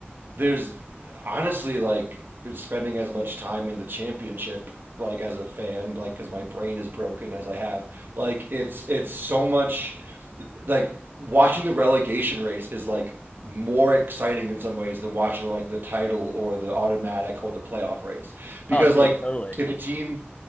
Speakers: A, on the right (about 55°); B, on the left (about 30°).
A: there's honestly like spending as much time in the championship like as a fan like because my brain is broken as i have like it's it's so much like watching the relegation race is like more exciting in some ways than watching like the title or the automatic or the playoff race because
B: oh dude
A: like
B: totally
A: if a team